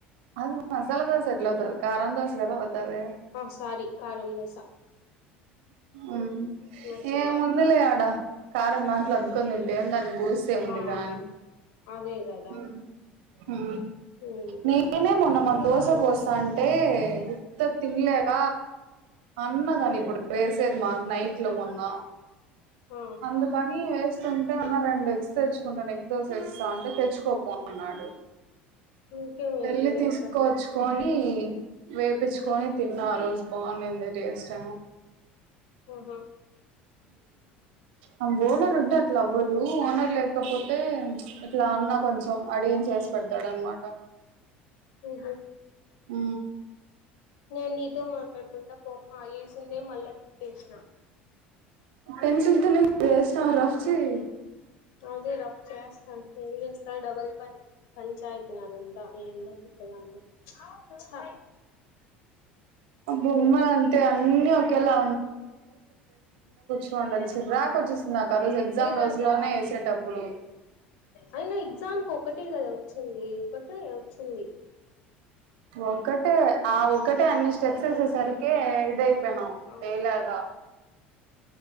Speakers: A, on the right (about 70°); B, on the left (about 65°).
A: అది మసాలా దోసె ఎట్లవుతుంది కారం దోస్ సు గదా ఔతాది
B: ఆ సారీ కారం దోస
A: అం
B: మర్చిపోయా
A: ఏముందిలే ఆడ కారం నాన్ ట్లద్దుకొని
B: మ్మ్
A: తింటే ఏం దాన్ని బూస్తే ఏముందిగాన్
B: ఆ అదే కదా
A: ఉమ్ ఊ
B: ఏందో
A: మేమే
B: వీళ్ళు
A: మొన్న మాక్
B: వీళ్ళ
A: దోశ
B: వంటలు
A: పోస్తా ఉంటే త తినలేక
B: మ్మ్
A: అన్న కానీ
B: మ్మ్
A: ఇప్పుడు వేసేది మాకు నైట్ లో మొన్న
B: ఆ
A: అందు కానీ వేస్ ఉంటే ఉన్న రెండి ఎక్స్ ఎగ్ దోస వేస్తుంటే తెచ్చు కోపోన్నాడు
B: ఇంకేమేలే
A: వేళ్లి తీసుకోవచ్చుకని
B: అట్లానా
A: వేయిచ్చుకొని
B: మ్మ్
A: తిన్నా ఆరోజు బాగుండంది టేస్ట్
B: ఆహా
A: అ ఓనర్ ఉంటే అట్లా అవ్వదు ఓనర్ లేకపోతే ఇట్లా అన్న కొంచెం అడిగిన చేసి పెడతాడ అనమాట
B: హహ
A: అ
B: నేను నీతో మాట్లాడుకుంటా బొమ్మ వేసిందే మళ్ళా తిప్పేసిన
A: పెన్సిల్తో వేస్నావ్ రఫ్ చేయి
B: అదే రఫ్ చేస్తాను ఏం చేస్తా డబల్ పని పంచాయతీ అంత ఏందో తిక్కదని చా
A: బొమ్మలు అంతే అన్ని ఒకేలా చూడాలి చిర్రాకు వచ్చేస్తుందిక ఆ రోజు ఎగ్జామ్
B: కదా
A: రోజు లోనే వేసేటప్పుడు
B: అయినా ఎగ్జామ్ కి ఒకటే కదా వచ్చింది ఒకటే వచ్చింది
A: ఒక్కటే ఆ ఒక్కటే అన్ని స్టెప్స్ వేసేసరికి ఇదయిపోయినాం
B: అవును
A: వేయలాగా